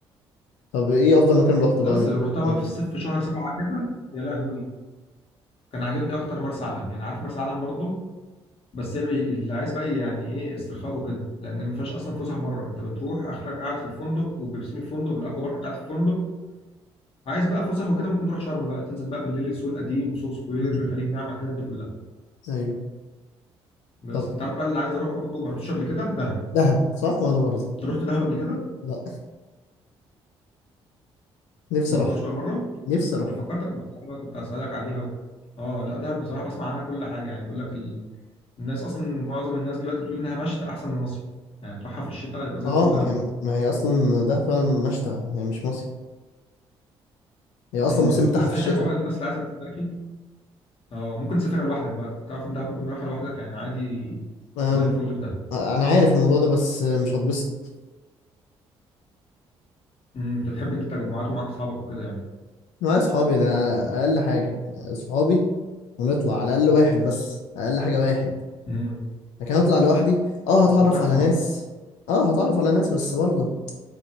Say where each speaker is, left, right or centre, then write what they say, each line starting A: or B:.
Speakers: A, on the left; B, on the left.
A: طب ايه افضل مكان روحته
B: لا
A: بقى
B: بس
A: من
B: لو
A: كل
B: رحتها
A: الاماكن
B: بقى في الصيف
A: دي؟
B: في شهر سبعه كده يا لهوي كان عاجبني اكتر مرسى علم يعني عارف مرسى علم برضو بس الري- اللي عايز بقى يعني ايه استرخاء وكده لان ما فيهاش اصلا فسح بره انت بتروح اخرك قاعد في الفندق وبيبسين الفندق بالاكوا بارك بتاعت الفندق عايز بقى فسح وكده ممكن تروح شرم بقى تنزل بقى بالليل السوق القديم سوق سكوير
A: امم
B: خليج نعمة الحتت دي كلها
A: ايوه
B: بس
A: طب
B: انت عارف بقى اللي عايز اروحه برضه ما رحتوش قبل كده دهب
A: دهب صح وانا برضه
B: انت رحت دهب قبل كده
A: لا نفسي
B: ما
A: اروح
B: رحتهاش ولا مره
A: نفسي اروح
B: انا فكرتك محتاج بقى كنت هسالك عليها و... اه لا دهب بصراحه بسمع عنها كل حاجه يعني بيقول لك ال... الناس اصلا معظم الناس دلوقتي بتقول انها مشتى احسن من مصيف يعني تروحها في الشتاء يبقى زي
A: اه
B: الفل
A: ما
B: قوي
A: هي ما هي اصلا ده فعلا مشتى هي مش مصيف هي اصلا
B: امم
A: الموسم بتاعها
B: بس
A: في
B: هي
A: الشتاء
B: حلوه بقى للناس اللي عايزه تسترخي اه ممكن تسافرها لوحدك بقى تعرف ان دهب ممكن تروحها لوحدك يعني عادي
A: انا
B: زي الفل في دهب
A: أنا عارف الموضوع ده بس مش هتبسط
B: امم، انت بتحب انت التجمعات ومعاك اصحابك وكده يعني
A: معايا صحابي ده على اقل حاجه صحابي ونطلع على الاقل واحد بس اقل حاجه واحد
B: امم
A: لكن اطلع لوحدي اه هتعرف
B: بتبقى تحفه
A: على ناس
B: برضه
A: اه هتعرف على ناس بس برضه